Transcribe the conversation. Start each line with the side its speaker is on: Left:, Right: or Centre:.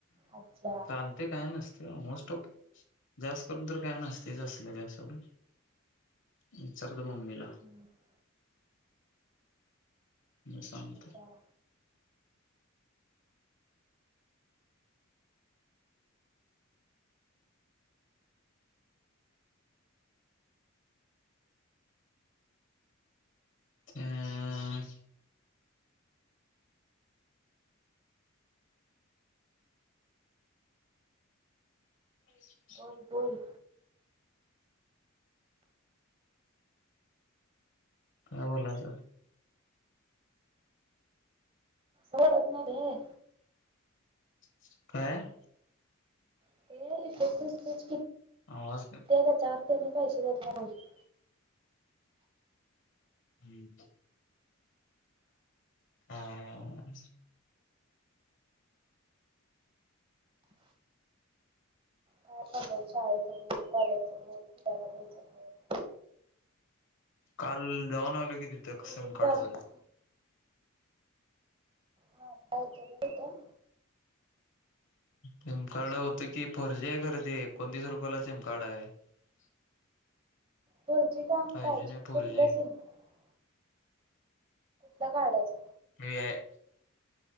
Right: आज्या.
Left: चालते काय नसते मोस्ट ऑफ जास्त करून तर काय नसतेच असले काही साडू. विचारतो मम्मीला.
Right: ह्
Left: म सांगत.
Right: अच्छा
Left: ह्म्म्म <inaudible>
Right: ब बोल.
Left: काय बोलयच.
Right: घोरत नाही रे.
Left: अ काय?
Right: <unintelligible>
Left: आवाज हम्म हा
Right: काय पण बोल शाळेचं बोल, कॉलेजचं बोलेच, तुझ्या घरच बोल.
Left: काल जाऊन आलो कि तीथं
Right: बोलून
Left: सम
Right: जायला
Left: काढचं.
Right: लागलं हा आहे कि नि तिथ.
Left: सिम कार्ड होत की, फोर जी आहे कारे ते कोणतीस रुपयाला सिम कार्ड आहे. <inaudible>
Right: फोरजी का
Left: फाय
Right: फायजी
Left: जी नाही फोर
Right: कुठल
Left: जी आहे
Right: सिम? कुठला ल काडायच.
Left: एआय.